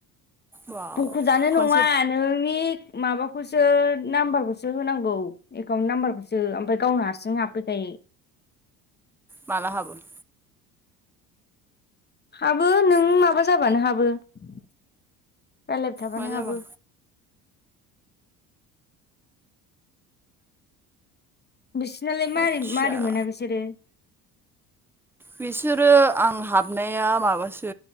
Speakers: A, in the centre; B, on the left.
A: बाव
B: बख'जानो नङा
A: खनसे
B: नोंनि माबा खौसो नाम्बारखौसो होनांगौ एकाउन्ट नाम्बारखौसो ओमफ्राय गावनो हारसिं हाबफैखायो। <inaudible>
A: मला हाबोमोन?
B: हाबो नों माबा जाबानो हाबो। रायज्लायबाय थाबानो
A: मा जाबा
B: हाबो। बिसोरनालाय मारै
A: आदसा
B: मारै मोना बिसोरो?
A: बिसोरो आं हाबनाया माबासो